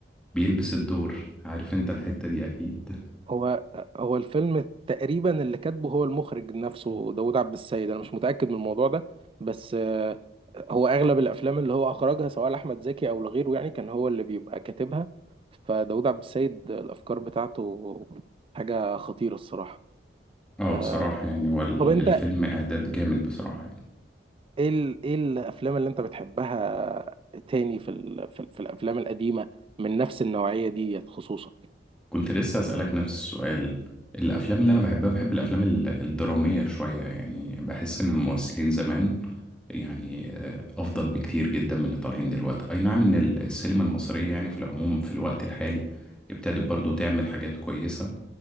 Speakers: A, in the centre; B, on the right (about 30°).
A: بيلبس الدور عارف انت الحتة دي أكيد
B: هو هو الفيلم تقريبا اللي كاتبه هو المخرج نفسه داود عبد السيد أنا مش متأكد من الموضوع ده بس آه، هو أغلب الأفلام اللي هو أخرجها سواء لأحمد زكي أو لغيره يعني كان هو اللي بيبقى كاتبها فداود عبد السيد الأفكار بتاعته حاجة خطيرة الصراحة
A: اه
B: آه،
A: بصراحة يعني هو ال-
B: طب انت
A: الفيلم إعداد جامد بصراحة يعني.
B: ايه ال... ايه الافلام اللي انت بتحبها تاني في ال... في, ال... في الافلام القديمه من نفس النوعيه دي خصوصا
A: كنت لسه أسألك نفس السؤال الأفلام اللي أنا بحبها بحب الأفلام ال- الدرامية شوية يعني بحس إن الممثلين زمان يعني آه، أفضل بكتير جدا من اللي طالعين دلوقتي أي نعم إن ال- السينما المصرية يعني في العموم في الوقت الحالي ابتدت برضو تعمل حاجات كويسة